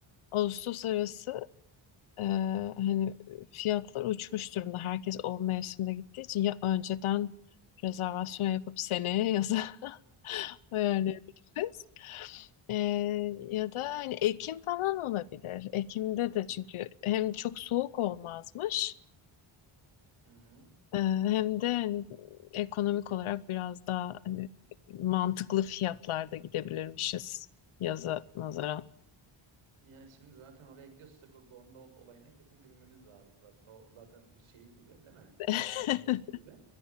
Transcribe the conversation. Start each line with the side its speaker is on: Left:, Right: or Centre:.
Left: Ağustos arası e, hani fiyatlar uçmuş durumda. Herkes o mevsimde gittiği için ya önceden rezervasyon yapıp seneye yaza <laughs> ayarlayabiliriz. E, ya da hani Ekim falan olabilir. Ekim'de de çünkü hem çok soğuk olmazmış.
Right: Hı hı.
Left: Ee, Hem de hani ekonomik olarak biraz daha hani mantıklı fiyatlarda gidebilirmişiz yaza nazaran.
Right: Yani şimdi zaten oraya gidiyorsak o gondol olayına kesin binmemiz lazım zaten. O zaten şeyi gibi değil mi?
Left: <laughs>
Right: Bir sembol gibi.